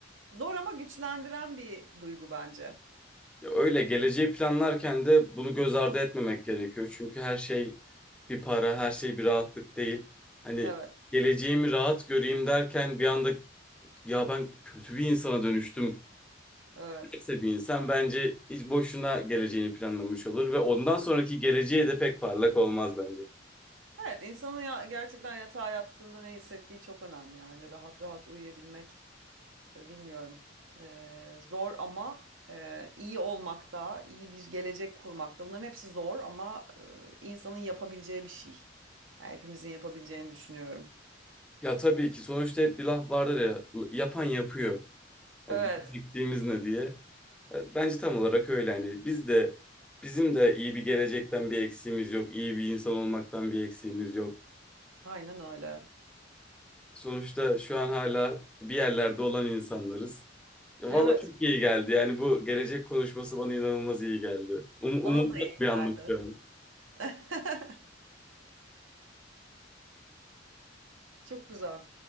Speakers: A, on the right (about 90°); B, in the centre.
A: Zor ama güçlendiren bir duygu bence.
B: Ya öyle geleceği planlarken de bunu göz ardı etmemek gerekiyor. Çünkü her şey bir para, her şey bir rahatlık değil. Hani
A: Evet,
B: geleceğimi rahat göreyim derken bir anda ya ben kötü bir insana dönüştüm.
A: evet.
B: Neyse bir insan bence hiç boşuna geleceğini planlamış olur ve ondan sonraki geleceği de pek parlak olmaz bence.
A: Evet, insanın ya gerçekten yatağa yattığında ne hissettiği çok önemli yani rahat rahat uyuyabilmek. E, Bilmiyorum. E, zor ama e, iyi olmakta, iyi bir gelecek kurmakta. Bunların hepsi zor ama e, insanın yapabileceği bir şey. Yani hepimizin yapabileceğini düşünüyorum.
B: Ya tabii ki sonuçta hep bir laf vardır ya yapan yapıyor. Hani
A: Evet,
B: bizim eksiğimiz ne diye. E, Bence tam olarak öyle yani biz de bizim de iyi bir gelecekten bir eksiğimiz yok. iyi bir insan olmaktan bir eksiğimiz yok.
A: aynen öyle.
B: Sonuçta şu an hala bir yerlerde olan insanlarız. E,
A: Evet,
B: Valla çok iyi geldi. Yani bu gelecek konuşması bana inanılmaz iyi geldi. Um
A: bana
B: umutlu
A: da iyi
B: uyandım
A: geldi.
B: şu an.
A: <laughs> Çok güzel.